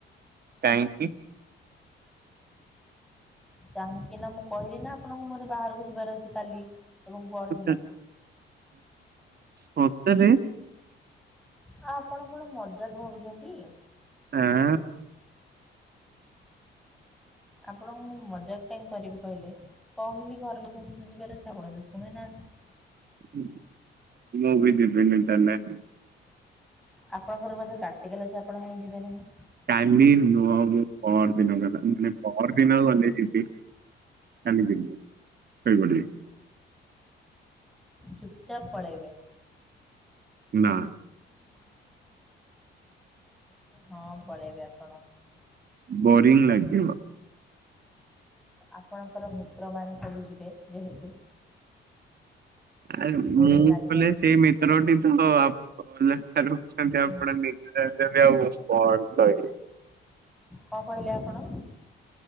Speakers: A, on the right; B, in the centre.
A: କାହିଁକି?
B: କାହିଁକି ନା ମୁଁ କହିଲି ନା ଆପଣଙ୍କ ମୋରେ ବାହାରକୁ ଯିବାର ଅଛି କାଲି। ଏବଂ ପରଦିନ।
A: <unintelligible> ସତରେ।
B: ଆଉ ଆପଣ କଣ ମଜାକ ଭାବୁଛନ୍ତି।
A: ଆଁ।
B: ଆପଣଙ୍କୁ ମୁଁ ମଜାକ କାହିଁ କରିବି କହିଲେ? କହିଲି ଘର ଲୋକଙ୍କ ସହିତ ଯିବାର ଅଛି ଆଉ କଣ ତ ଶୁଣି ନାହାନ୍ତି।
A: ହୁଁ ମୁଁ ବି ଯିବିନି ତା ନାଁ।
B: ଆପଣଙ୍କର ବୋଧେ ପ୍ରାକ୍ଟିକାଲ ଅଛି ଆପଣ କାହିଁ ଯିବେ ନାହିଁ?
A: କାଲି ନୁହଁ ମୁଁ ପର ଦିନ କଥା ମାନେ ପର ଦିନ ଗଲେ ଯିବି। କାଲି ଯିବିନି ଶୋଇ ପଡ଼ିବି।
B: ଚୁପ୍ ଚାପ୍ ପଳେଇବ।
A: ନାଁ।
B: <unintelligible> ହଁ ପଳେଇବେ ଆପଣ।
A: ବୋରିଙ୍ଗି ଲାଗିବ।
B: ଆପଣଙ୍କର ମିତ୍ର ମାନ ସବୁ ଯିବେ ଯେହେତୁ।
A: ଆରେ
B: ବୋରିଂ
A: ମୁଁ
B: ଲାଗିବନି।
A: ଗଲେ ସେଇ ମିତ୍ରଟି ତ <unintelligible> ଅଛନ୍ତି
B: ହୁଁ
A: ଆପଣ ମି ଏମିତି ବି ଆଉ କଣ କହିବି।
B: କଣ କହିଲେ ଆପଣ?